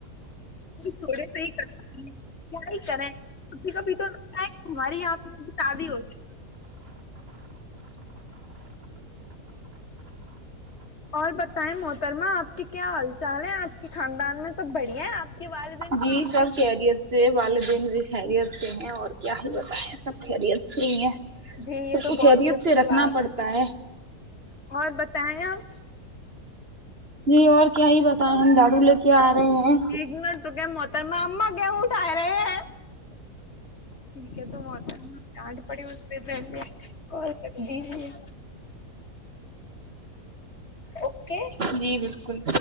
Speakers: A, on the left (about 45°); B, on the right (about 40°).
A: تھوڑے سے ہی کر پائیں گے ہی کرا ہے ک کابھی تو رتا ہے ہماری یہاں پہ شادی ہو اور بتائیں محترما آپ کی کیا حال چال ہے آپ کے خاندان میں سب بڑھیا ہے آپ کے والدین
B: جی
A: کہاں
B: سب
A: ہیں
B: کہہریت سے والدین بھی خیریت سے ہیں اور کیا ہی بت ہے سب خیریت سے ہی ہیں
A: جی یہ
B: سب
A: تو
B: کو
A: بہت
B: خیریت
A: ہی اچھی
B: سے رکھنا
A: بات
B: پڑتا
A: ہے اور بتائیں آپ <inaudible>
B: جی اور کیا ہی بتیں ہم دارو لے کے آ رہے ہیں
A: ایکگن تو کیا م میں اا گیہٹھا رہے ہیں ٹھیک ہے تتا ڈانٹ پڑی اس سے پہلے کال کر دییے اوکے
B: <inaudible> جی بالکل